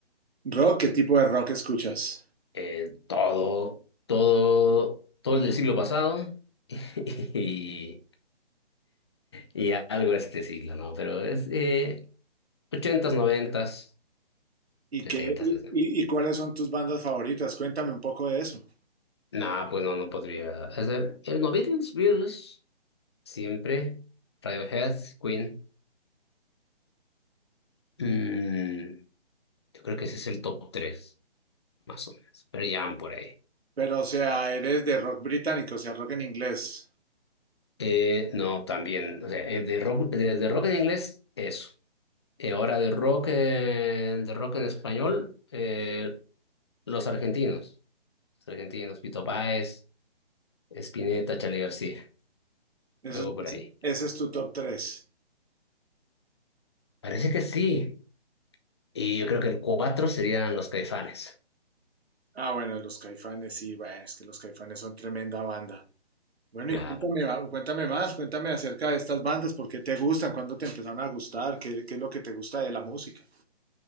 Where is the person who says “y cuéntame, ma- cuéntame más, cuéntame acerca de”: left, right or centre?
Right